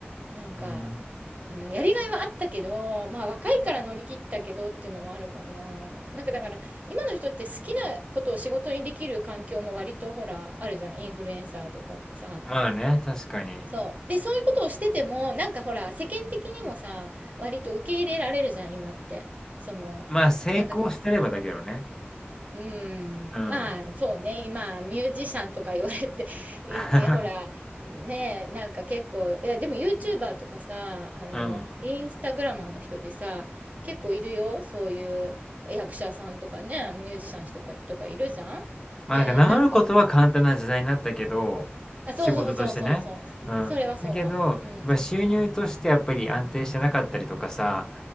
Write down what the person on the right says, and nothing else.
なんか、
うん、やりがいはあったけど、まあ若いから乗り切ったけどっていうのもあるかな。なんかだから今の人って好きなことを仕事にできる環境も割とほらあるじゃん。インフルエンサーとかさ。
そう。で、そういうことをしてても、なんかほら、世間的にもさ、割と受け入れられるじゃん、今って。その、
なんか、うん、
まあ、そうね、今、ミュージシャンとか言われて、いでほら、
ねえ、なんか結構、いや、でも YouTuber とかさ、あの、
インスタグラマーの人でさ、
結構いるよ、そういう役者さんとかね、ミュージシャンとか、とかいるじゃん。
で、
なんか、あ、
そうそうそうそうそう、
それはそうかも。
うん、